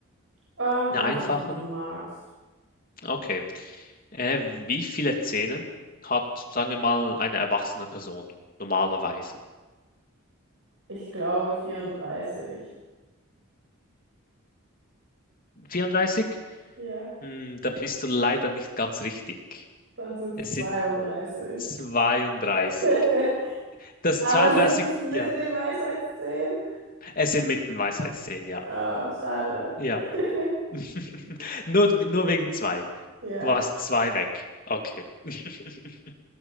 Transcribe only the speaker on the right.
Ähm,
einfach
wie du magst.
Ich glaube 34.
Ja,
dann sind
es 32.
<laughs>
Aber
sind es mit
den Weisheitszähnen?
Ah, schade.
<laughs>
Ja,